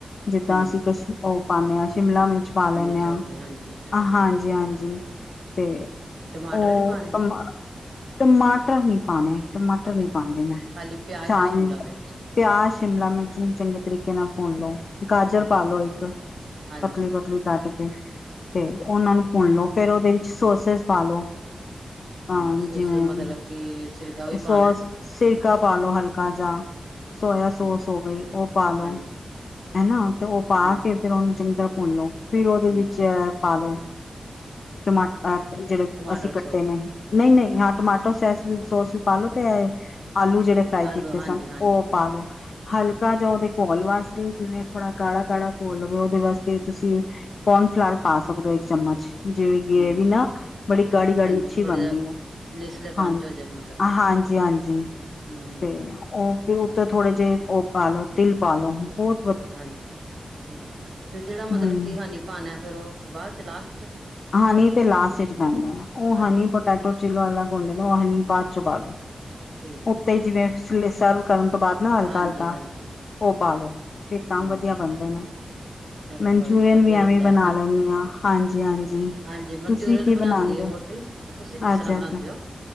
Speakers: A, on the left; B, on the right.
A: ਜਿੱਦਾਂ
B: ਹੂੰ
A: ਅਸੀਂ ਕ <unintelligible> ਸ਼ ਉਹ ਪਾਉਂਦੇ ਸ਼ਿਮਲਾ ਮਿਰਚ ਪਾ ਲੈਂਨੇ
B: ਮਿਰਚ
A: ਹਾਂ
B: ਹੋ ਗਈ ਹਾਂਜੀ ਟ
A: ਹਾਂਜੀ ਹਾਂਜੀ ਤੇ
B: ਟਮਾਟਰ
A: ਉਹ
B: ਵੀ ਪਾਣੇ
A: ਟਮਾ
B: ਆ।
A: ਟਮਾਟਰ ਨੀ ਪਾਣੇ ਟਮਾਟਰ
B: ਅੱਛਾ
A: ਨੀ ਪਾਉਂਦੀ ਮੈਂ
B: ਖਾਲੀ ਪਿਆਜ
A: ਚਾ
B: ਤੇ ਸ਼ਿਮਲਾ ਮਿਰਚ
A: ਪਿਆਜ ਸ਼ਿਮਲਾ ਮਿਰਚ ਨੂੰ ਚੰਗੇ ਤਰੀਕੇ ਨਾਲ ਘੋਲ ਲੋ ਗਾਜਰ
B: ਹੂੰ
A: ਪਾਲੋ ਇੱਕ
B: ਹਾਂਜੀ
A: ਪਤਲੀ ਪਤਲੀ ਕੱਟ ਕੇ ਤੇ
B: ਹੂੰ
A: ਉਹਨਾਂ ਨੂੰ ਭੂਣ ਲੋ ਫੇਰ ਉਹਦੇ ਵਿੱਚ ਸੋਸਿਸ ਪਾਲੋ
B: ਹੂੰ,
A: ਹਾਂ
B: ਸੋਸ
A: ਜਿਵੇਂ
B: ਮਤਲਬ ਕਿ ਸਿਰਕਾ ਵੀ ਪਾਣਾ
A: ਸੋਸ ਸਿਰਕਾ ਪਾ ਲੋ ਹਲਕਾ ਜਾ ਸੋਇਆ
B: ਹੂੰ
A: ਸੋਸ ਹੋ ਗਈ ਉਹ ਪਾ ਲੋ
B: ਹਾਂਜੀ
A: ਹਨਾ ਤੇ ਉਹ ਪਾ
B: ਹਾਂਜੀ
A: ਕੇ ਫੇਰ ਉਹਨੂੰ ਚੰਗੀ ਤਰ੍ਹਾਂ ਪੁੰਨ ਲਓ ਫਿਰ ਉਹਦੇ
B: ਹੂੰ
A: ਵਿੱਚ ਪਾਲੋ ਟਮਾਟੋ ਐਪ ਜਿਹੜੇ
B: ਟਮਾਟਰ
A: ਅਸੀਂ ਕੱਟੇ
B: ਸੋਸ
A: ਨੇ ਨਹੀਂ ਨਹੀਂ ਹਾਂ ਟਮਾਟਰੋ
B: ਅੱ
A: ਸੋਸ ਵੀ ਪਾਲੋ ਤੇ ਆਲੂ ਜਿਹੜੇ ਫਰਾਈ
B: ਆਲੂ
A: ਕੀਤੇ
B: ਹਾਂਜੀ-ਹਾਂਜੀ
A: ਸਨ ਉਹ ਪਾ ਲਓ ਹਲਕਾ ਜਾ ਉਹਦੇ ਘੋਲ ਵਾਸਤੇ ਜਿਵੇਂ ਥੋੜਾ ਕਾੜਾ ਕਾੜਾ ਘੋਲ ਹੋਵੇ ਉਹਦੇ ਵਾਸਤੇ ਤੁਸੀਂ ਕੋਰਨਫਲਾਵਰ ਪਾ ਸਕਦੇ ਹੋ ਇੱਕ ਚਮਚ ਜਿਵੇਂ ਕਿ
B: ਹੂੰ
A: ਵੀ ਨਾ ਬੜੀ ਗਾੜੀ ਗਾੜੀ
B: ਹਾਂਜੀ
A: ਅੱਛੀ
B: ਥੋੜਾ
A: ਬਣਦੀ
B: ਜਿਹਾ
A: ਹੈ
B: ਲੇਸਲੇ
A: ਹਾਂਜੀ
B: ਪਨ ਚ ਹੋ ਜਾ ਮਤਲਬ ਕਿ
A: ਹਾਂਜੀ ਹਾਂਜੀ
B: ਹੂੰ
A: ਤੇ ਉਹ ਫਿਰ ਥੋੜੇ ਜੇ ਉਹ ਪਾਲੋ ਤਿਲ ਪਾਲੋ ਉਹ
B: ਹਾਂਜੀ ਠੀਕ ਤੇ ਜਿਹੜਾ ਮਤਲਬ
A: ਹਮ
B: ਕਿ ਹਨੀ ਪਾਣਾ ਫਿਰ ਉਹ ਬਾਅਦ ਚ ਲਾਸਟ ਚ
A: ਹਨੀ ਤੇ ਲਾਸਟ ਚ ਪੈਂਦਾ ਆ ਉਹ
B: ਅੱਛਾ
A: ਹਨੀ
B: ਜੀ,
A: ਪੋਟੈਟੋ ਚਲੋ ਅਲੱਗ ਹੁੰਦੇ ਨੇ ਹਨੀ ਬਾਅਦ ਚੋ ਪਾਲੋ
B: ਠੀਕ ਆ
A: ਉੱਤੇ
B: ਠੀਕ
A: ਹੀ ਜਿਵੇਂ <unintelligible> ਸਰਵ ਕਰਨ ਬਾਅਦ ਨਾ ਹਲਕਾ
B: ਹਾਂਜੀ-ਹਾਂਜੀ
A: ਹਲਕਾ ਓ ਪਾਲੋ ਫਿਰ ਤਾਂ
B: ਹੂੰ
A: ਵਧੀਆ ਬਣਦੇ ਨੇ
B: ਚਲੋ
A: ਮਨਚੂਰੀਅਨ
B: ਕੋਈ ਨੀ ਵਧੀਆ
A: ਵੀ
B: ਲੱਗਿਆ
A: ਐਵੇਂ ਬਣਾ ਲੈਣੀ ਆ ਹਾਂਜੀ ਹਾਂਜੀ
B: ਹਾਂਜੀ ਮਨਚੂਰੀਅਨ
A: ਤੁਸੀਂ ਕੀ
B: ਬਣਾਉਂਦੀ
A: ਬਣਾਦੇ
B: ਹੈ ਵੋਟੀ
A: ਹੋ
B: ਤੁਸੀਂ ਕਿਸ
A: ਅੱਛਾ
B: ਤਰ੍ਹਾਂ ਬਣਾਉਂਦੇ
A: ਅੱਛਾ
B: ਹੋ